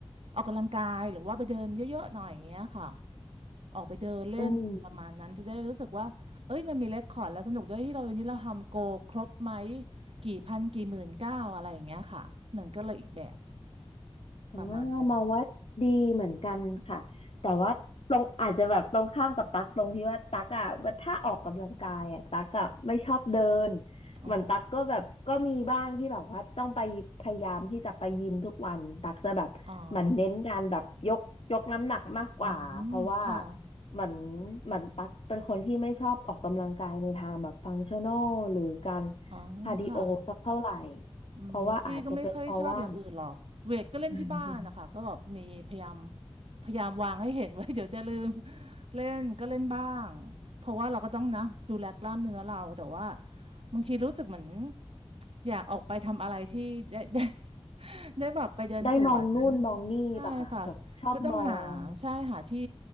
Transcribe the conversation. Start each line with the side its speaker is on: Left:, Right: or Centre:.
Right: ออกกำลังกายหรือว่าไปเดินเยอะๆหน่อยอย่างเงี้ยค่ะออกไปเดินเล่นประมาณนั้นจะได้รู้สึกว่าเอ้ยมันมีเรคคอร์ดแล้วสนุกด้วยที่เราวันนี้เราทำโกครบไหม
Left: อืม
Right: กี่พันกี่หมื่นเก้าอะไรอย่างเงี้ยค่ะมันก็เลยอีกแบบ
Left: อ่า
Right: ประมาณหนึ่ง
Left: มองว่าดีเหมือนกันค่ะแต่ว่าตรงอาจจะแบบตรงข้ามกับตั๊กตรงที่ว่าตั๊กอ่ะว่าถ้าออกกำลังกายอ่ะตั๊กอ่ะไม่ชอบเดิน
Right: อ๋อ
Left: เหมือนตั๊กก็แบบก็มีบ้างที่แบบว่าต้องไปพยายามที่จะไปยิมทุกวันตั๊กจะแบบเหมือนเน้นการแบบยกยกน้ำหนักมากกว่าเพราะว่า
Right: อ๋ออืมค่ะ
Left: เหมือนเหมือนตั๊กเป็นคนที่ไม่ชอบออกกำลังกายในทางแบบฟังชั่นอลหรือการ
Right: อ๋อค่ะ
Left: คาร์ดิโอสักเท่าไหร่
Right: อืมพี่ก็ไม่ค่อยชอบอย่างอื่นหรอก
Left: เพราะว่าอาจจะเป็นเพราะว่า
Right: เวทก็เล่นที่บ้านนะคะก็แบบมีพยายาม
Left: <laughs>
Right: พยายามวางให้เห็นไว้ <laughs> เดี๋ยวจะลืมเล่นก็เล่นบ้าง เพราะว่าเราก็ต้องนะดูแลกล้ามเนื้อเราแต่ว่าบางทีรู้สึกเหมือนอยากออกไปทำอะไรที่ <laughs> ได้ได้ <laughs> ได้แบบไปเดินสวน
Left: ได้มองนู่นมองนี่ป่ะคะแบบชอบมอง
Right: ใช่ค่ะก็ต้องหาใช่หาที่